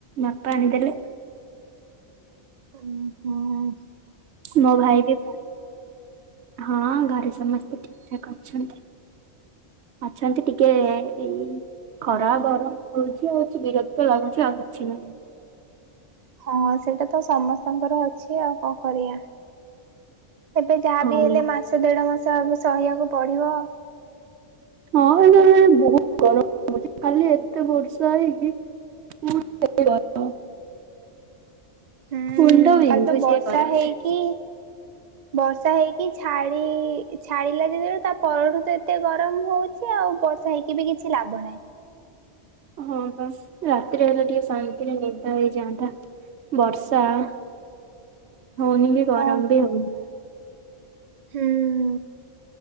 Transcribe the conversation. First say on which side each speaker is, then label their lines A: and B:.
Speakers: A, on the right; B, on the right.
A: ବାପା ଆଣିଦେଲେ।
B: ହୁଁ ହଁ।
A: ମୋ ଭାଇ ବି ହଁ ଘରେ ସମସ୍ତେ ଠିକ ଠାକ୍ ଅଛନ୍ତି। ଅଛନ୍ତି ଟିକେ ଏଇ ଖରା ଗରମ ହଉଛି ଆଉ କିଛି ବିରତି ତ ଲାଗୁଛି ଆଉ କିଛି ନୁହେଁ।
B: ହଁ ସେଇଟା ତ ସମସ୍ତେ ଙ୍କର ଅଛି ଆଉ କଣ କରିବା ଏବେ ଯାହାବି
A: ହଁ
B: ହେଲେ ମାସ ଏ ଦେଢ଼ ମାସ ଆକୁ ସହିବାକୁ ପଡ଼ିବ।
A: ହଁ ଏବେ ବହୁତ ଗରମ ହଉଛି କାଲି ଏତେ ବର୍ଷା ହେଇକି ପୁଣି କେତେ ଗରମ।
B: ହୁଁ
A: ମୁଣ୍ଡ ବିନ୍ଧୁଛି
B: କାଲିତ ବର୍ଷା
A: ଏ ଗରମରେ।
B: ହେଇକି ବର୍ଷା ହେଇକି ଛାଡି ଛାଡିଲା ଯେତେବେଳୁ ତା ପରଠୁ ତ ଏତେ ଗରମ ହଉ ଛି ଆଉ ବର୍ଷା ହେଇକି ବି କିଛି ଲାଭ ନାହିଁ।
A: ହଁ ପା ରାତିରେ ହେଲେ ଟିକେ ଶାନ୍ତିରେ ନିଦ ହେଇଯାଆନ୍ତା। ବର୍ଷା ହଉନି ବି
B: ହଁ
A: ଗରମ ବି ହଉନି।
B: ହୁଁ।